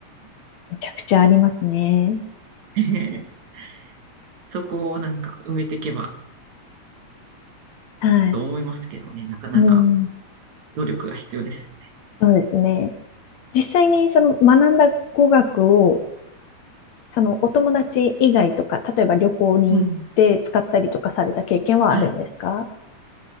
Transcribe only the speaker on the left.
めちゃくちゃありますね。
はい。
うん。
そうですね。実際にその学んだ語学を、そのお友達以外とか、例えば旅行に行って使ったりとかされた経験はあるんですか